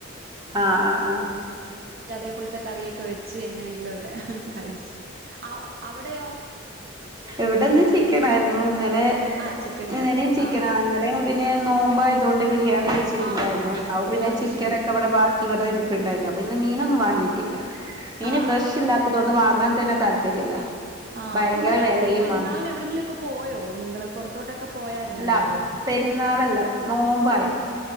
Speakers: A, on the right; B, on the right.
A: ആ ആ ആ
B: വ ച്ച എങ്ങനെങ്കിലും ഒക്കെ കഴിച്ചു അവിടെയോ
A: എവിടെന്ന് ചിക്കന ആായിരുന്നു ഇന്നലെ
B: ആ ചിക്കൻ
A: ഇന്നലും
B: കറി
A: ചന
B: ആഹ്
A: ഇന്നല പിന്നെ നോമ്പ ഇതുകൊണ്ട് ബിരിയാണി വെച്ചിട്ടുണ്ടായിരുന്നു
B: ആ
A: അ പിന്നെ
B: ഓ അത്
A: ചിക്കൻ
B: ശരി
A: ഒക്കെ അവിടെ ബാക്കി ഇവിടത്തെ ടിിപ്പ് ഉണ്ടായിരരുന്നു അപ്പൊ ഇന്ന് മീനൊന്നും വാങ്ങീട്ടില്ല മീന്
B: ആ
A: ഫ്രഷ് ഇല്ലാത്തത് കൊണ്ട് വാങ്ങാൻ തന്നെ താല്പര്യല്ല
B: ആഹ്
A: ഭയങ്കര
B: അപ്പൊ ഇന്നലെ
A: വെലയുമാണ്
B: പെരുന്നാളിന് എവിടെയെങ്കിലും ഒക്കെ പോയോ നിങ്ങള് പുറത്തോട്ടൊക്കെ പോയായിരുന്നല്ലാടോ
A: ഇല്ല പെരുന്നാളല്ലാം നോമ്പായിരുന്നു